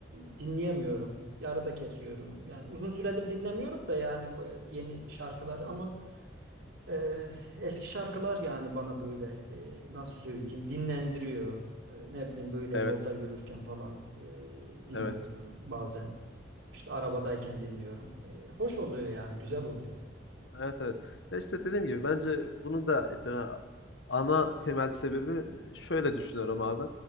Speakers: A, on the right; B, on the left.
A: e, dinleyemiyorum, yarıda kesiyorum. Yani uzun süredir dinlemiyorum da yani bu yeni şarkıları ama Eee, eski şarkılar yani bana böyle eee, nasıl söyleyeyim dinlendiriyor. Eee, ne bileyim böyle
B: Evet,
A: yolda yürürken falan eee, dinliyorum.
B: evet.
A: Bazen işte arabadayken dinliyorum. Eee, hoş oluyor yani güzel oluyor.
B: Evet, evet. Ya işte dediğim gibi bence bunun da böyle ana temel sebebi e, şöyle düşünüyorum abi.